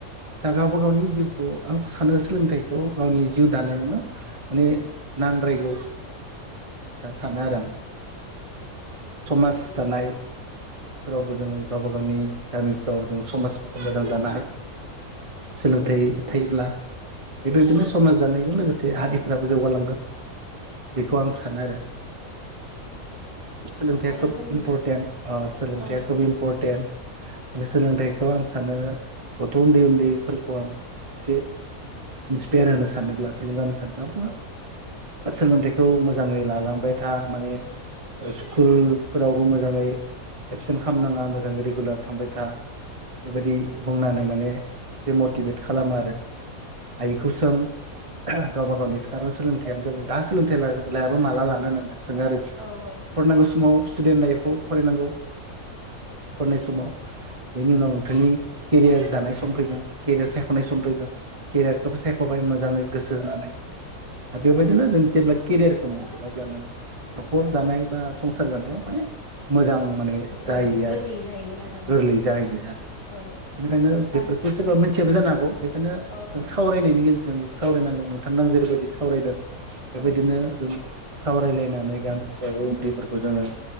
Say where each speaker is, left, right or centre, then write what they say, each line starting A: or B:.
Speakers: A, on the right; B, on the right.
A: गावबा गावनि जिउखौ आं सानो सोलोंथाइखौ गावनि जानायावनो माने नांद्रायगौ सानो‌ आरो‌ आं। थानाय रावबो जों गावबा गावनि गामिफ्राव जों समाजफोरखौ मोजां दानो हायो। सोलोंथाइ थायोब्ला बेबायबायदिनो समाज दान्नायजों लोगोसे हारिफ्रा जौगालांगोन। बेखौ आं सानो आरो। सोलोंथाइया
B: आरो
A: खोब
B: जोंनि
A: इम्पर्टेन्ट ओ सोलोंथाइया
B: औ
A: खोब
B: औ
A: इम्परटेन्ट सोलोंथाइखौ आं सानो गथ उन्दै उन्दैफोरखौ आं एसे।
B: <inaudible>
A: बेेर होनो सानोब्ला थुलुंगा होनो सानोब्ला बुङो सोलोंथाइखौ मोजांङै लालांबाय था माने स्कुलफोरावबो मोजांङै एबसेन्ट खालाम नांङा मोजाङै रेगुलार थामबाय था बेबायदि बुंनानै माने मटिभेट खालामो आरो। भुसम था। गावबा गावनि सिखाराव सोलोंथाइानो जाबाय दा सोलोंथाइ लायाबा माला लानो होननानै सोंङो आरो
B: गोरलै
A: खिखौ फरायनागौ समाव स्टुडेन्ट लाइफआव फरायनांगौ फरायनाय समाव बेनि उनाव नोंथांनि केरियार दानाय सम फैगोन गेदेर सायखनाय सम फैगोन केरियार सायखबाय मोजांङै गोसो होनानै बेबायदिनो जों जेब्ला केरियारखौ मोनगोन अब्ला नों नखर दानाय बा संसार जानायाव माने मोजां माने जाहैयो
B: ओं गोरलै
A: आरो
B: जाहैगोन आरो
A: गोरलै जाहैयो आरो
B: औ
A: बेनिखायनो
B: दा
A: बेफोरखौ सोरबा मिथियाबो जानो हागौ बेखायनो
B: औ औ
A: सरायनायनि गेजेरजों सावरायनांगौ नोंथांदों आं जेरैबायदि सावरायदों बेबायदिनो
B: औ
A: जों सावरायलायनानै गामिफ्रावबो उन्दैफोरखौ जोंङो